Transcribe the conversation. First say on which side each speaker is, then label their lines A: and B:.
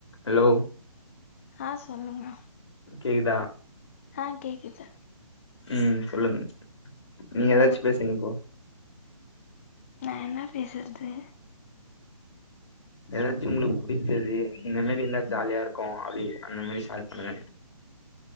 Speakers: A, on the left; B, on the left.
A: ஹலோ
B: ஹ சொல்லுங்க
A: கேக்குதா
B: ஹ கேக்குது
A: ம் சொல்லுங்க நீங்க எதாச்சு
B: ஆ
A: பேசுங்க இப்போ
B: நா என்ன பேசறது
A: எதாச்சு ஒங்களுக்கு புடிச்சது இந்த மாரி இருந்த ஜாலியா இருக்கு அப்டி அந்த மாரி ஷால் பண்ணுங்க